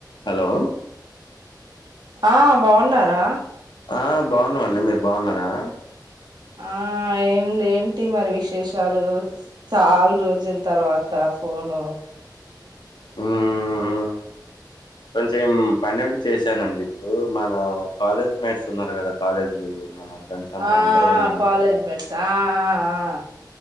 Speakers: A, on the left; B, on the right.
A: Hello
B: ఆ బాగున్నారా
A: ఆ బాగున్నామండి మీరు బాగున్నారా
B: ఆ ఏంది ఏంటి మరి విశేషాలు చాలా రోజుల తర్వాత ఫోను
A: మ్మ్ కొంచెం పనుండి చేశానండి ఇప్పుడు మన కాలేజ్ మేట్స్ ఉన్నారు కదా కాలేజీ మన ఫ్రెండ్స్ అంతా
B: ఆ
A: అందరం ఉన్నాము
B: కాలేజ్
A: కదా
B: బెట్సా ఆ ఆ